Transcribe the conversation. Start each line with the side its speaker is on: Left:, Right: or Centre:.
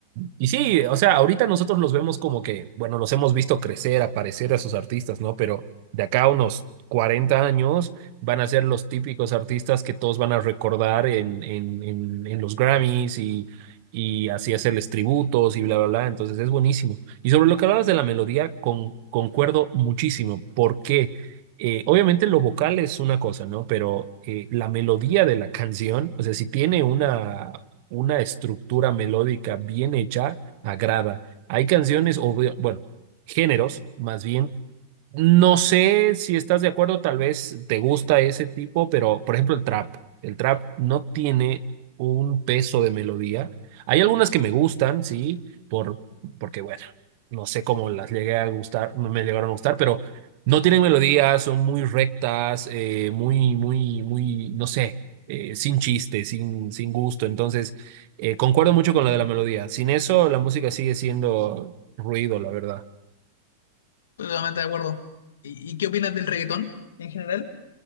Right: y sí, o sea, ahorita nosotros los vemos como que, bueno, los hemos visto crecer, aparecer a sus artistas, ¿no? Pero de acá a unos 40 años van a ser los típicos artistas que todos van a recordar en, en, en, en los Grammys y, y así hacerles tributos y bla, bla, bla. Entonces es buenísimo. Y sobre lo que hablabas de la melodía, con, concuerdo muchísimo, porque eh, obviamente lo vocal es una cosa, ¿no? Pero eh, la melodía de la canción, o sea, si tiene una una estructura melódica bien hecha agrada. Hay canciones, o bu- bueno, géneros más bien, no sé si estás de acuerdo, tal vez te gusta ese tipo, pero por ejemplo el trap, el trap no tiene un peso de melodía. Hay algunas que me gustan, sí, por, porque bueno, no sé cómo las llegué a gustar, no me llegaron a gustar, pero no tienen melodía, son muy rectas, eh, muy, muy, muy, no sé, eh, sin chiste, sin, sin gusto. Entonces, eh, concuerdo mucho con la de la melodía. Sin eso, la música sigue siendo ruido, la verdad.
Left: estoy totalmente de acuerdo. ¿Y, y qué opinas del reggaetón en general?